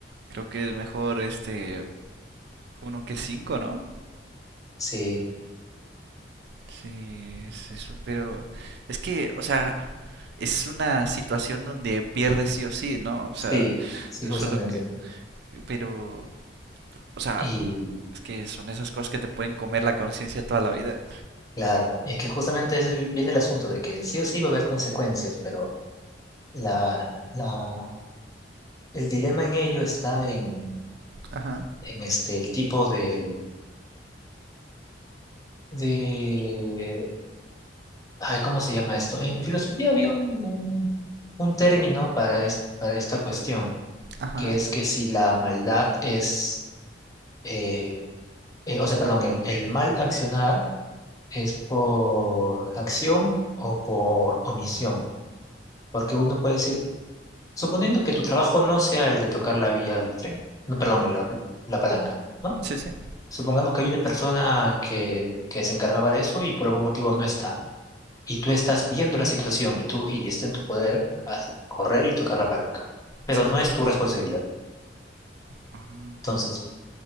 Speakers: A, on the right; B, on the left.
A: creo que es mejor este uno que cinco, ¿no?
B: Sí,
A: Sí, es eso. Pero es que, o sea, es una situación donde pierdes sí o sí, ¿no? O sea,
B: sí, sí,
A: es
B: justamente.
A: solo que... Pero, o sea,
B: Y
A: es que son esas cosas que te pueden comer la conciencia toda la vida.
B: claro, es que justamente ese vi- viene el asunto de que sí o sí va a haber consecuencias, pero la, la, el dilema en ello está en,
A: Ajá,
B: en este, el tipo de de... Ay, ¿cómo se llama esto? En filosofía había un, un, un término para, es- para esta cuestión,
A: ajá.
B: que es que si la maldad es, eh, eh, o sea, perdón, el, el mal accionar es por acción o por omisión, porque uno puede decir, suponiendo que tu trabajo no sea el de tocar la vía del tren, no, perdón, la, la palanca, ¿no?
A: Sí, sí.
B: Supongamos que hay una persona que, que se encargaba de eso y por algún motivo no está. y tú estás viendo la situación y tú y está en tu poder haz- correr y tocar la palanca, pero
A: Sí,
B: no
A: sí.
B: es tu responsabilidad.
A: Ah,
B: Entonces,